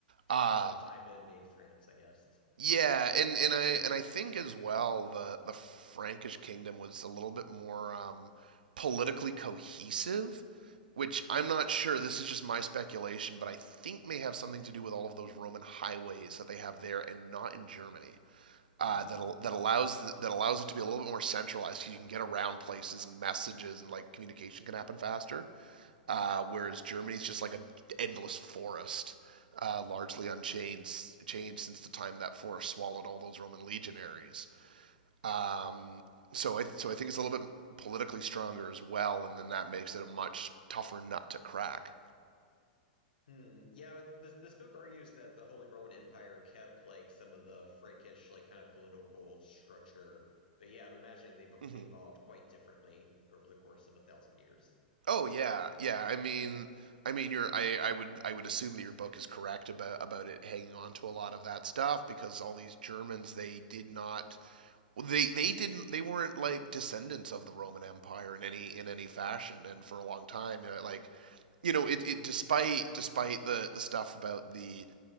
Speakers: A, on the left; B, on the right.
A: just
B: Um,
A: not the time to invade France, I guess.
B: yeah, and and I and I think as well the the Frankish kingdom was a little bit more um, politically cohesive, which I'm not sure. This is just my speculation, but I think may have something to do with all of those Roman highways that they have there and not in Germany. Uh,
A: Hmm.
B: that al- that allows th- that allows it to be a little bit more centralized because you can get around places and messages and like communication can happen faster uh, whereas Germany's just like an endless forest, uh, largely unchanged changed since the time that forest swallowed all those Roman legionaries. Um, so I th- so I think it's a little bit politically stronger as well, and then that makes it a much tougher nut to crack.
A: Hmm. Yeah, this this book argues that the Holy Roman Empire kept like some of the Frankish like kind of political structure, but yeah, I'm imagining they've
B: Mm-hmm.
A: they evolved quite differently over the course of a thousand years.
B: Oh yeah, yeah. I mean, I mean, you I, I would I would assume that your book is correct about about it hanging on to a lot of that stuff because all these Germans they did not Well, they they didn't they weren't like descendants of the Roman Empire in any in any fashion, and for a long time, you know, like you know, it, it despite despite the the stuff about the